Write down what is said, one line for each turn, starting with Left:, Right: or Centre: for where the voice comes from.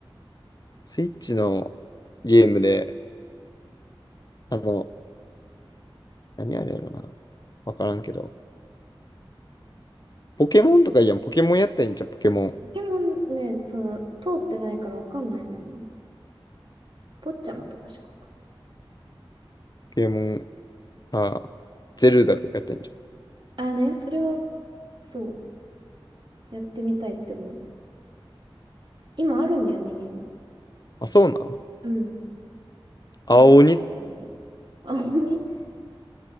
Left: スイッチのゲームで、あの、何あれやろな。わからんけど。ポケモンとかいいやん、ポケモンやったらいいんじゃん、ポケモン。ポ
Right: ポケモンね、その、通ってないからわかんないのよね。ポッチャマとかしかわかんない。
Left: ケモン、あ、ゼルダとかやったらいいんじ
Right: ああね、それは、そう、やってみたいって思う。今あるんだよね、家に。
Left: ゃん。あ、そうなの
Right: うん。
Left: 青鬼、
Right: いとこがいて。青鬼、